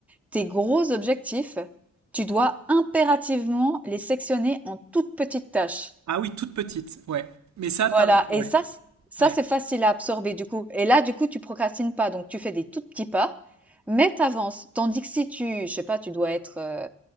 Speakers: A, in the centre; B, on the right.
A: tes gros objectifs, tu dois impérativement les sectionner en toutes petites tâches.
B: Ah oui, toute petite, ouais. Mais ça,
A: Voilà.
B: pareil, ouais,
A: Et ça, c- ça,
B: ouais.
A: c'est facile à absorber, du coup. Et là, du coup, tu procrastines pas. Donc, tu fais des tout petits pas, mais t'avances. Tandis que si tu, je sais pas, tu dois être euh,